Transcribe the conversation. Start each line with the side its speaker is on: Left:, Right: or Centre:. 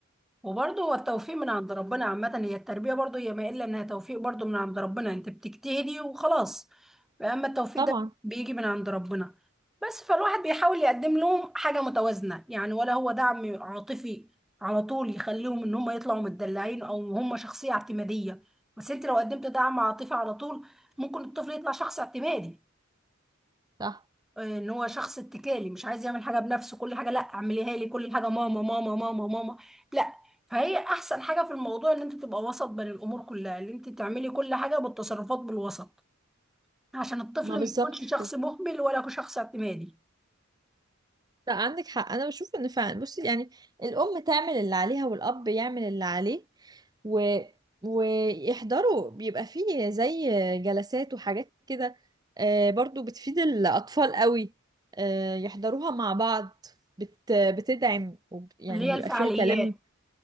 Centre: وبرضه هو التوفيق من عند ربنا عامة هي التربية برضه هي ما إلا إنها توفيق برضه من عند ربنا أنت بتجتهدي وخلاص أما التوفيق
Right: طبعا
Centre: ده بيجي من عند ربنا بس فالواحد بيحاول يقدم لهم حاجة متوازنة يعني ولا هو دعم عاطفي على طول يخليهم إن هم يطلعوا متدلعين أو هم شخصية اعتمادية بس أنت لو قدمت دعم عاطفي على طول ممكن الطفل يطلع شخص اعتمادي
Right: صح
Centre: آه، ان هو شخص اتكالي مش عايز يعمل حاجه بنفسه كل حاجه لا اعمليها لي كل حاجه ماما ماما ماما ماما لا فهي احسن حاجه في الموضوع ان انت تبقى وسط بين الامور كلها ان انت تعملي كل حاجه بالتصرفات بالوسط عشان الطفل
Right: ما بالظبط
Centre: ما يكونش شخص
Right: كده
Centre: مهمل ولا شخص اعتمادي
Right: لا عندك حق انا بشوف ان فعلا بصي يعني الام تعمل اللي عليها والاب يعمل اللي عليه و... ويحضروا بيبقى فيه زي جلسات وحاجات كده آه، برضو بتفيد الاطفال قوي آه، يحضروها مع بعض بت... بتدعم وب... يعني
Centre: اللي
Right: بيبقى
Centre: هي الفعاليات
Right: فيها كلام